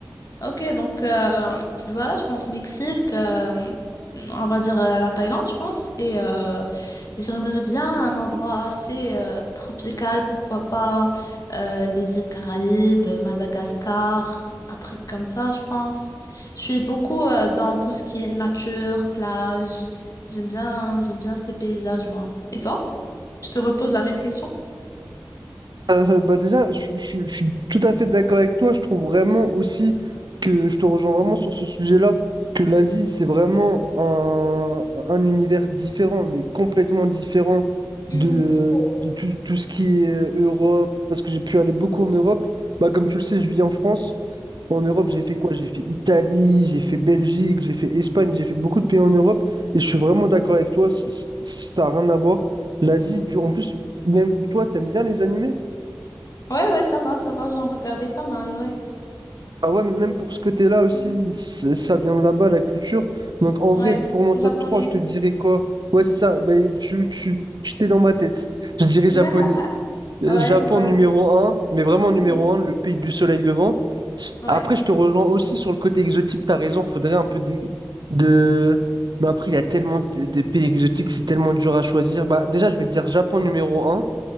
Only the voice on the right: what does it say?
Euh, bah déjà, je, suis je suis- je suis tout à fait d'accord avec toi. Je trouve vraiment aussi que je te rejoins vraiment sur ce sujet-là, que l'Asie, c'est vraiment un, un univers différent, mais complètement différent
de,
de tout, tout ce qui est Europe, parce que j'ai pu aller beaucoup en Europe. Bah, comme tu le sais, je vis en France. En Europe, j'ai fait quoi? J'ai fait Italie, j'ai fait Belgique, j'ai fait Espagne, j'ai fait beaucoup de pays en Europe. Et je suis vraiment d'accord avec toi, c- c- ça n'a rien à voir. L'Asie, tu- en plus, même toi, t'aimes bien les animés?
Ah ouais, même pour ce côté-là aussi,
c- ça vient de là-bas, la culture. Donc en vrai,
pour mon
top
3, je te dirais quoi? Ouais, c'est ça, bah, tu, tu, tu t'es dans ma tête. Je dirais japonais.
Euh,
Japon
numéro un, mais vraiment numéro
un, le pays du soleil levant.
Après, je te rejoins aussi sur le côté exotique, t'as raison, faudrait un peu de... de- Mais après, il y a tellement de, de pays exotiques, c'est tellement dur à choisir. Bah, déjà, je vais dire Japon numéro un,